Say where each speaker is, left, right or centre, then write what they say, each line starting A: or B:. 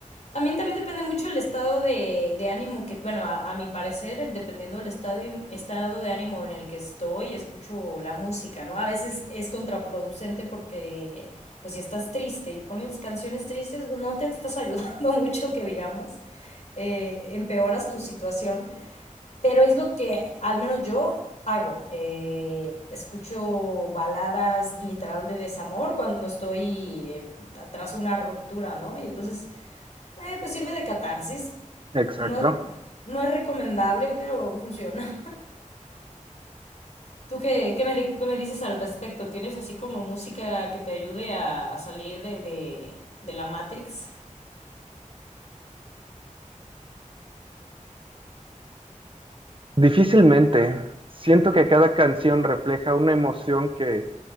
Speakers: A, on the left; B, on the right.
A: también, también depende mucho el estado de, de ánimo que, bueno, a, a mi parecer, dependiendo del estado, estado de ánimo en el que estoy, escucho la música, ¿no? A veces es contraproducente porque, pues si estás triste y pones canciones tristes, pues no te estás ayudando <laughs> mucho, que digamos, eh, empeoras tu situación. Pero es lo que al menos yo hago. Eh, escucho baladas literal de desamor cuando estoy eh, tras una ruptura, ¿no? Y entonces, eh, pues sirve de catarsis.
B: exacto.
A: No es, no es recomendable, pero funciona. <laughs> ¿Tú qué, qué me, di- qué me dices al respecto? ¿Tienes así como música que te ayude a, a salir de, de, de la Matrix?
B: Difícilmente. Siento que cada canción refleja una emoción que,